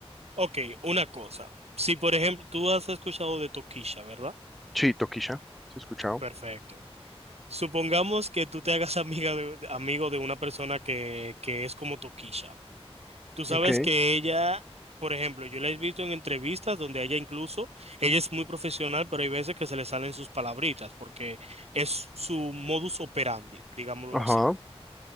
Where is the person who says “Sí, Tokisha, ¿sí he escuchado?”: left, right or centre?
Centre